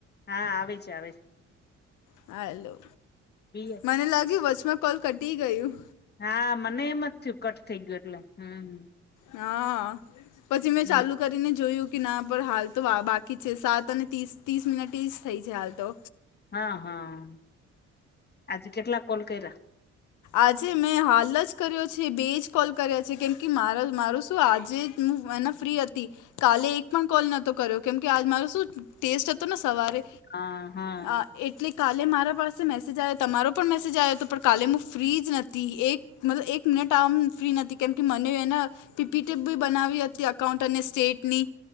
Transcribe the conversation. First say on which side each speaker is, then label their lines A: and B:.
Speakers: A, on the left; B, on the left.
A: હા, આવે છે, આવે છે
B: હલો
A: બી એ
B: મને લાગ્યું વચમાં કોલ કટી ગયું
A: હા, મને એમ જ થયું કટ થઇ ગયું એટલે, હમ
B: હા, પછી મેં
A: હમ
B: ચાલુ કરીને જોયું કે ના પર હાલ તો બાકી છે સાત અને તીસ, ત્રીસ મિનિટ ઈસ થઈ છે હાલ તો
A: હા, હા, આજે કેટલા કોલ કર્યા
B: આજે મેં હાલ જ કર્યો છે બે જ કોલ કર્યા છે કેમ કે મારો મારું શું આજે જ હું એને ફ્રી હતી કાલે એક પણ કોલ નહોતો કર્યો કેમ કે આ મારો શું ટેસ્ટ હતો તોમે સવારે
A: હા હા
B: આ એટલે કાલે મારા પાસે મેસેજ આયો, તમારો પણ મેસેજ આયો તો પણ કાલે હું ફ્રી જ નથી, એક મતલબ એક મિનટ આમ ફ્રી નહોતી કેમ કે મને હે ને પીપીટીપ બી બનાવી હતી અકાઉન્ટ અને સ્ટેટની